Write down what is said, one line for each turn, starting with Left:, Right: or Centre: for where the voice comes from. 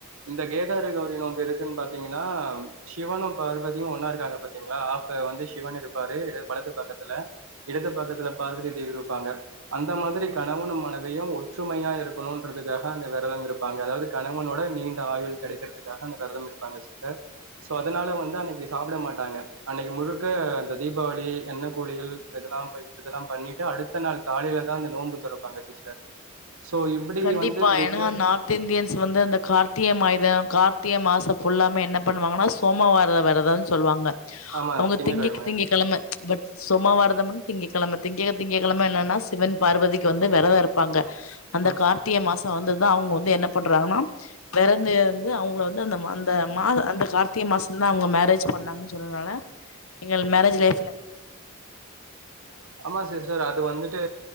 Right: இந்த கேதாட கௌரி நோம்பு எதுக்குன் பாத்தீங்கன்னா சிவனு பார்வதியு ஒன்னா இருக்காங்க பாத்தீங்ளா அப்ப வந்து சிவன் இருப்பாரு இட வலது பக்கத்துல இடது பக்கத்துல பார்வதி தேவி இருப்பாங்க அந்த மாதிரி கணவனும் மனைவியு ஒற்றுமையா இருக்கணுன்றதுகாக அந்த வெரதம் இருப்பாங்க அதாவது கணவனோட நீண்ட ஆயுள் கெடைக்கிறதுக் காக அந்த வெரதம் இருப்பாங்க சிஸ்டர் சோ அதனால வந்து அன்னைக்கு சாப்பிட மாட்டாங்க அன்னைக்கு முழுக்க இந்த தீபாவளி எண்ணெ குளியல் இதெல்லா ப இதெல்லா பண்ணிட்டு அடுத்த நாள் காலையில தா அந்த நோன்பு துறப்பாங்க சிஸ்டர் சோ இப்டி
Left: கண்டிப்பா
Right: வந்து இருக்கு
Left: ஏன்னா நார்த் இந்தியன்ஸ் வந்து அந்த கார்த்திகை மாயித கார்த்திகை மாசோ ஃபுல்லாமே என்ன பண்ணுவாங்கன்னா சோமாவாரோ விரதம் சொல்லுவாங்க
Right: ஆமா
Left: அவங்க
Right: திங்கக்கிழமை
Left: திங்கக் திங்கக் கெழம ச் பட் சேம்மாவாரதம்னு திங்ககிழம திங்க திங்கிக்கிழம என்னன்னா சிவன் பார்வதிக்கு வந்து விரதோ இருப்பாங்க அந்த
Right: ம்.
Left: கார்த்திக மாசோ வந்துதா அவங்க வந்து என்ன பண்றாங்கன்னா பிறந்து இருந்து அவங்க வந்து அந்த அந்த மாச அந்த கார்த்திகை மாசம் தா அவங்க மேரேஜ் பண்ணாங்க சொல்றதுனால எங்கள் மேரேஜ் லைஃப்ல
Right: ஆமா சிஸ்டர் அது வந்துட்டு